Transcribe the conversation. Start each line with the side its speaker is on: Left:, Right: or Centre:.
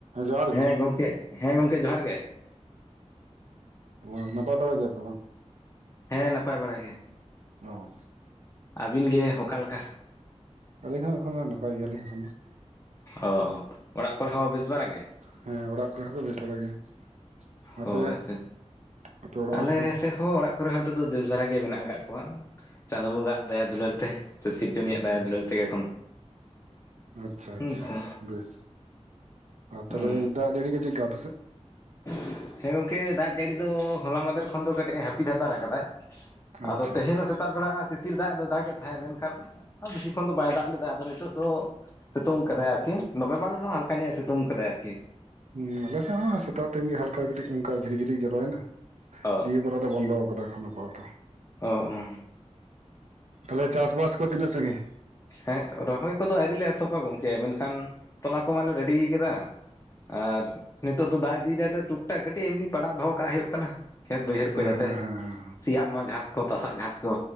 Right: ᱡᱚᱦᱟᱨ ᱜᱮ
Left: ᱦᱮᱸ ᱜᱚᱝᱠᱮ ᱦᱮᱸ ᱜᱚᱝᱠᱮ ᱡᱚᱦᱟᱨ ᱜᱮ᱾
Right: ᱦᱟᱹᱭ ᱱᱟᱯᱟᱭ ᱵᱟᱲᱟ ᱜᱮᱭᱟ ᱛᱚ ᱵᱟᱝ?
Left: ᱦᱮᱸ ᱱᱟᱯᱟᱭ ᱵᱟᱲᱟ ᱜᱮ᱾
Right: ᱚ᱾
Left: ᱟᱹᱵᱤᱱ ᱜᱮ ᱚᱠᱟᱞᱮᱠᱟ?
Right: ᱟᱞᱤᱧ ᱦᱚᱸ ᱮᱠᱷᱚᱱ ᱫᱚ ᱱᱟᱯᱟᱭ ᱜᱮᱭᱟᱞᱤᱧ ᱮᱠᱦᱚᱱ ᱫᱚ᱾
Left: ᱚ ᱚᱲᱟᱜ ᱠᱚᱨᱮ ᱦᱚᱸ ᱵᱮᱥ ᱵᱟᱨᱜ ᱜᱮ?
Right: ᱦᱮᱸ ᱚᱲᱟᱜ ᱠᱚᱨᱮ ᱦᱚᱸ ᱠᱚ ᱵᱮᱥ ᱵᱟᱲᱟ ᱜᱮᱭᱟ, ᱟᱯᱮ
Left: ᱚ ᱟᱪᱪᱷᱟ ᱟᱪᱪᱷᱟ᱾
Right: ᱟᱯᱮ ᱚᱲᱟᱜ ᱦᱚᱲᱟᱜ
Left: ᱟᱞᱮ
Right: ᱦᱚᱲ ᱠᱚ?
Left: ᱥᱮᱫ ᱦᱚᱸ ᱚᱲᱟᱜ ᱠᱚᱨᱮ ᱦᱚᱸ ᱱᱮᱛᱚᱜ ᱫᱚ ᱵᱮᱥ ᱫᱷᱟᱨᱟ ᱜᱮ ᱢᱮᱱᱟᱜ ᱟᱠᱟᱫ ᱠᱚᱣᱟ ᱪᱟᱸᱫᱚ ᱵᱚᱱᱜᱟ ᱦᱟᱜ ᱫᱟᱭᱟ ᱫᱩᱞᱟᱹᱲ ᱛᱮ᱾ ᱥᱮ ᱥᱤᱨᱡᱚᱱᱤᱭᱟ
Right: ᱟᱪᱪᱷᱟ
Left: ᱦᱟᱜ ᱫᱟᱭᱟ
Right: ᱟᱪᱪᱷᱟ
Left: ᱫᱩᱞᱟᱹᱲ ᱛᱮᱜᱮ ᱮᱠᱷᱚᱱ᱾
Right: ᱟᱪᱪᱷᱟ
Left: ᱦᱩᱸ
Right: ᱟᱪᱪᱷᱟ
Left: ᱥᱮ
Right: ᱵᱮᱥ, ᱟ ᱛᱟᱦᱚᱞᱮ
Left: ᱦᱩᱸ
Right: ᱫᱟᱜ ᱡᱟᱲᱤ ᱠᱚ ᱪᱮᱫᱞᱮᱠᱟ ᱟᱯᱮᱥᱮᱫ? <inaudible>
Left: ᱦᱮᱸ ᱜᱚᱝᱠᱮ ᱫᱟᱜ ᱡᱟᱹᱲᱤ ᱫᱚ ᱦᱚᱞᱟ ᱢᱟᱫᱷᱮᱨ ᱠᱷᱚᱱ ᱫᱚ ᱠᱟᱹᱴᱤᱡ ᱮ ᱦᱟᱹᱯᱤᱫ ᱦᱟᱛᱟᱨ ᱟᱠᱟᱫᱟᱭ᱾ ᱟᱫᱚ
Right: ᱟᱪᱪᱷᱟ
Left: ᱛᱮᱦᱮᱧ ᱦᱚᱸ ᱥᱮᱛᱟᱜ ᱵᱮᱲᱟ ᱥᱤᱥᱤᱨ ᱫᱟᱜ ᱫᱚ ᱫᱟᱜ ᱮᱫ ᱛᱟᱦᱮᱸᱫ ᱢᱮᱱ ᱠᱷᱟᱱᱼᱼ ᱵᱮᱥᱤ ᱠᱷᱚᱱ ᱫᱚ ᱵᱟᱭ ᱫᱟᱜ ᱞᱮᱫᱟ ᱟᱫᱚ ᱱᱤᱛᱚᱜ ᱫᱚᱼᱼ ᱥᱤᱛᱩᱝ ᱠᱟᱫᱟᱭ ᱟᱨᱠᱤ ᱫᱚᱢᱮ ᱵᱟᱝ ᱨᱮᱦᱚᱸ ᱦᱟᱞᱠᱟ ᱧᱚᱜ ᱮ ᱥᱤᱛᱩᱝ ᱠᱟᱫᱟᱭ ᱟᱨᱠᱤᱼᱼ
Right: ᱦᱮᱸ ᱟᱞᱮᱥᱮᱫ ᱦᱚᱸ ᱥᱮᱛᱟᱜ ᱴᱤᱢ ᱜᱮ ᱦᱟᱞᱠᱟ ᱠᱟᱹᱴᱤᱡ ᱚᱱᱠᱟ ᱡᱷᱤᱨᱤ ᱡᱷᱤᱨᱤ ᱡᱚᱨᱚᱭᱮᱱᱟ
Left: ᱚ
Right: ᱫᱤᱭᱮᱵᱟᱨᱼᱼ ᱵᱚᱱᱫᱚ ᱠᱟᱫᱟ ᱮᱠᱷᱚᱱ ᱫᱚ ᱟᱯᱟ ᱛᱚᱛᱚ
Left: ᱚ ᱚ
Right: ᱛᱟᱦᱚᱞᱮ ᱪᱟᱥ ᱵᱟᱥ ᱠᱚ ᱛᱤᱱᱟᱹᱜ ᱥᱟᱜᱤᱧ?
Left: ᱦᱮᱸ ᱨᱚᱦᱚᱭ ᱠᱚᱫᱚ ᱟᱣᱨᱤᱞᱮ ᱮᱛᱚᱦᱚᱵᱟ ᱜᱚᱝᱠᱮ ᱢᱮᱱᱠᱷᱟᱱ ᱛᱚᱞᱟ ᱠᱚᱢᱟᱞᱮ ᱨᱮᱰᱤᱭ ᱠᱮᱫᱟ᱾ ᱟᱨ ᱱᱤᱛᱚᱜ ᱫᱚ ᱫᱟᱜ ᱤᱫᱤ ᱫᱟᱭ ᱫᱚ ᱴᱩᱠᱴᱟᱠ ᱠᱟᱹᱴᱤᱡ ᱮᱢᱱᱤ ᱯᱟᱲᱟᱜ ᱫᱚᱦᱚ ᱠᱟᱜ ᱦᱩᱭᱩᱜ ᱠᱟᱱᱟ᱾ ᱠᱷᱮᱛ ᱵᱟᱹᱭᱦᱟᱹᱲ ᱠᱚ ᱡᱟᱛᱮ
Right: ᱦᱮᱸ ᱦᱮᱸ ᱦᱮᱸ
Left: ᱥᱮᱭᱟᱜ ᱢᱟ ᱜᱷᱟᱥ ᱠᱚ ᱛᱟᱥᱟᱜ ᱜᱷᱟᱥ ᱠᱚᱼᱼ